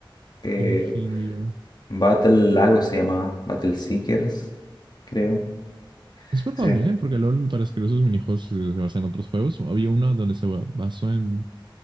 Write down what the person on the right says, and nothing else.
imagino yo.
Es probable,
¿eh? Porque LOL, para escribir esos minijuegos, eh, se basa en otros juegos. Había uno donde se ba- basó en